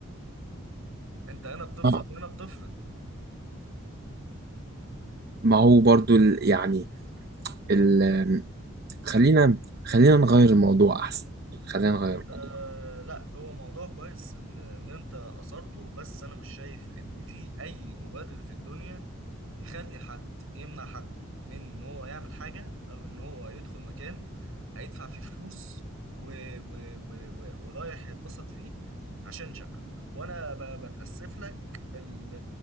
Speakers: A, on the right; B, on the right.
A: انت هنا بتفرض
B: آه،
A: وهنا بتفرض
B: ما هو برضو ال- يعني ال... خلينا خلينا نغير الموضوع احسن خلينا نغير الموضوع
A: أه لا هو موضوع كويس ان ان انت اثرته بس انا مش شايف ان في اي مبرر في الدنيا يخلي حد يمنع حد من ان هو يعمل حاجه او ان هو يدخل مكان هيدفع فيه فلوس و و و و ورايح يتبسط فيه عشان شكله وانا ب- بتاسف لك ال-